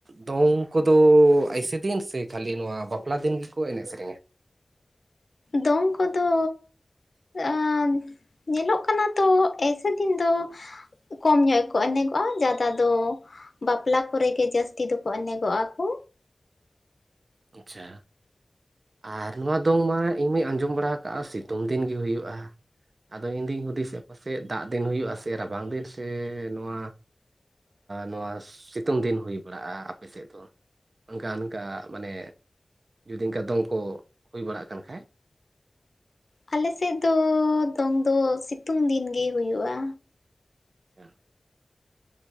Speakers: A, on the right; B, on the left.
A: ᱫᱚᱝ ᱠᱚᱫᱚ ᱟᱭᱥᱮ ᱫᱤᱱ ᱥᱮ ᱠᱷᱟᱹᱞᱤ ᱱᱚᱣᱟ ᱵᱟᱯᱞᱟ ᱫᱤᱱ ᱜᱮᱠᱚ ᱮᱱᱮᱡ ᱥᱮᱨᱮᱧᱟ᱾
B: ᱫᱚᱝ ᱠᱚᱫᱚ ᱟ ᱧᱮᱞᱚᱜ ᱠᱟᱱᱟ ᱛᱚ ᱮᱭᱥᱮ ᱫᱤᱱ ᱫᱚ ᱠᱚᱢ ᱧᱚᱜ ᱜᱮ ᱠᱚ ᱮᱱᱮᱡ ᱜᱚᱜᱼᱟ ᱡᱟᱫᱟ ᱫᱚ ᱵᱟᱯᱞᱟ ᱠᱚᱨᱮ ᱜᱮ ᱡᱟᱹᱥᱛᱤ ᱫᱚᱠᱚ ᱮᱱᱮ ᱜᱚᱜᱼᱟ ᱠᱚ,
A: ᱟᱪᱪᱷᱟ ᱟᱨ ᱱᱚᱣᱟ ᱫᱚᱝ ᱢᱟ ᱤᱧ ᱢᱟᱧ ᱟᱸᱡᱚᱢ ᱵᱟᱲᱟ ᱠᱟᱜᱼᱟ ᱥᱤᱛᱩᱝ ᱫᱤᱱ ᱜᱮ ᱦᱩᱭᱩᱜᱼᱟ᱾ ᱟᱫᱚ ᱤᱧ ᱫᱩᱧ ᱦᱩᱫᱤᱥᱮᱜᱼᱟ ᱯᱟᱥᱮᱡ ᱫᱟᱜ ᱫᱤᱱ ᱦᱩᱭᱩᱜᱼᱟ ᱥᱮ ᱨᱟᱵᱟᱝ ᱫᱤᱱ ᱥᱮ ᱱᱚᱣᱟ ᱱᱚᱣᱟ ᱥᱤᱛᱩᱝ ᱫᱤᱱ ᱦᱩᱭ ᱵᱟᱲᱟᱜᱼᱟ ᱟᱯᱮ ᱥᱮᱫ ᱫᱚ ᱚᱱᱠᱟ ᱚᱱᱠᱟ ᱢᱟᱱᱮ ᱡᱩᱫᱤ ᱤᱱᱠᱟ ᱫᱚᱝᱠᱚ ᱦᱩᱭ ᱵᱟᱲᱟᱜ ᱠᱟᱱ ᱠᱷᱟᱡ
B: ᱟᱞᱮᱥᱮᱫ ᱫᱚ ᱫᱚᱝ ᱫᱚ ᱥᱤᱛᱩᱝ ᱫᱤᱱ ᱜᱮ ᱦᱩᱭᱩᱜᱼᱟ
A: <unintelligible>